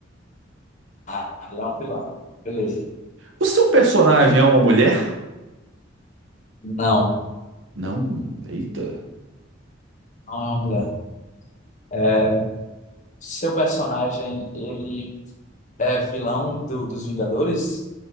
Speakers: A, on the left (about 40°); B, on the right (about 80°).
A: Ah, ele é um vilão. Beleza.
B: O seu personagem é uma mulher?
A: Não,
B: Não, eita.
A: não é uma mulher. É, seu personagem, ele é vilão do- dos Vingadores?